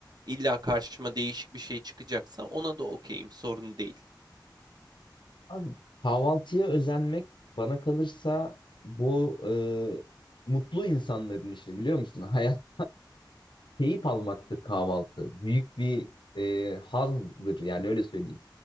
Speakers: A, on the right; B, on the left.
A: İlla karşıma değişik bir şey çıkacaksa ona da okeyim. Sorun değil.
B: Abi, kahvaltıya özenmek bana kalırsa bu e, mutlu insanların işi biliyor musun? <laughs> Hayat keyif almaktır kahvaltı. Büyük bir e, hazdır yani öyle söyleyeyim.